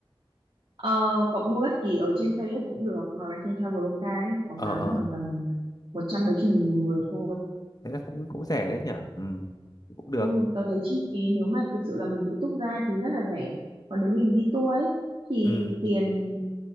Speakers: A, on the right (about 60°); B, on the left (about 40°).
A: Ờ, cậu mua bất kỳ ở trên Klook cũng được, hoặc là trên Traveloka ấy, họ có bán
B: ờ ờ
A: khoảng tầm một trăm mấy chục nghìn một người thôi.
B: thế là cũng cũng rẻ đấy nhỉ Ừm, cũng được
A: Ừ, tớ thấy chi phí nếu mà thực sự là mình tự túc ra thì rất là rẻ. Còn nếu mình đi tour ấy thì
B: Ừm,
A: tiền